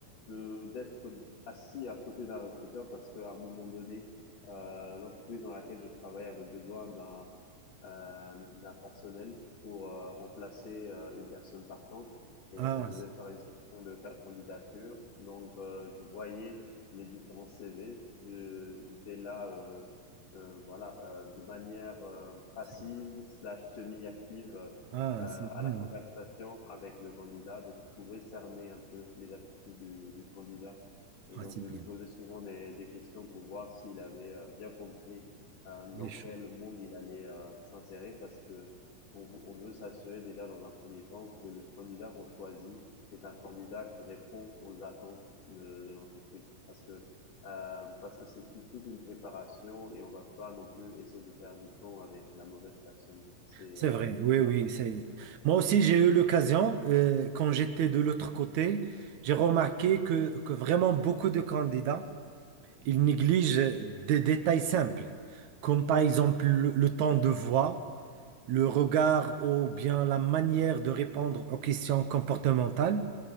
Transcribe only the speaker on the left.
de d'être assis à côté d'un recruteur parce qu'à un moment donné, euh, l'entreprise dans laquelle je travaille avait besoin d'un euh, d'un personnel pour euh, remplacer euh, une personne partante. Et
donc, on devait
faire une sélection de ca- candidatures. Donc, euh, je voyais les différents CV. Je, j'étais là, euh, euh, voilà, euh, de manière euh, passive
slash semi-active euh,
euh,
à la conversation avec le candidat. Donc, je pouvais cerner un peu les aptitudes du, du candidat. Et
donc,
je
lui posais souvent des, des questions pour voir s'il avait euh, bien compris euh, dans
quel monde il allait euh, s'insérer parce que on, v- on veut s'assurer déjà dans un premier temps que le candidat qu'on choisit est un candidat qui répond aux attentes de, de l'entreprise parce que euh, parce que c'est tu- toute une préparation et on va pas non plus essayer de perdre du temps avec la mauvaise personne. C'est
euh,
ça